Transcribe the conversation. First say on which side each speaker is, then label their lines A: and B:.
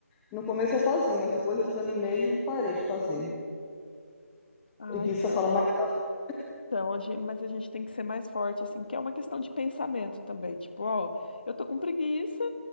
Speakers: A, in the centre; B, on the left.
A: no começo eu fazia, mas depois eu desanimei e parei de fazer.
B: Ah,
A: Preguiça
B: então.
A: fala mais alto.
B: Então, a gente, mas a gente tem que ser mais forte, assim, que é uma questão de pensamento também. Tipo, ó, eu tô com preguiça,